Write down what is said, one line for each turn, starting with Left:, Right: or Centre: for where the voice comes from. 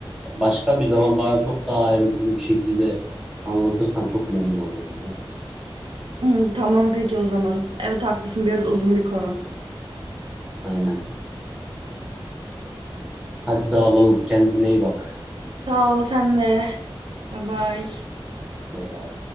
Centre: başka bir zaman bana çok daha ayrıntılı bir şekilde anlatırsan çok memnun olurum biliyor musun?
Right: Hı, tamam peki o zaman. Evet haklısın biraz uzun bir konu.
Centre: Aynen. Hadi dağılalım. Kendine iyi bak.
Right: Sağ ol sen de. Bay bay.
Centre: Bay bay.